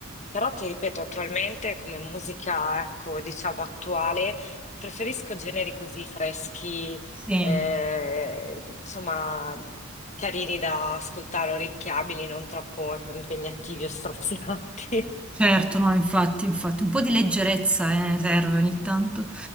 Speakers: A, on the left; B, in the centre.
A: Però ti ripeto, attualmente come musica, ecco, diciamo attuale, preferisco generi così freschi,
B: sì.
A: eh, insomma, carini da ascoltare, orecchiabili, non troppo, ecco, impegnativi o strazianti.
B: Certo, no, infatti, infatti, un po' di leggerezza, eh, serve ogni tanto.